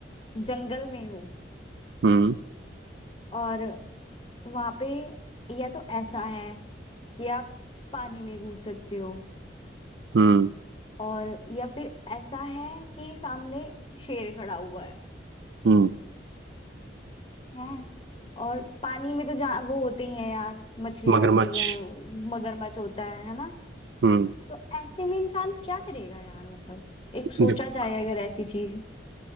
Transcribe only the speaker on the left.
जंगल में हो
और वहां पे या तो ऐसा है कि आप पानी में कूद सकते हो
और या फिर ऐसा है कि सामने शेर खड़ा हुआ है
हैं और पानी में तो जा वो होते ही हैं यार मछलियां
होती हैं मगरमच्छ होता है है ना
तो ऐसे में इंसान क्या करेगा यार मतलब एक सोचा
जाए अगर ऐसी चीज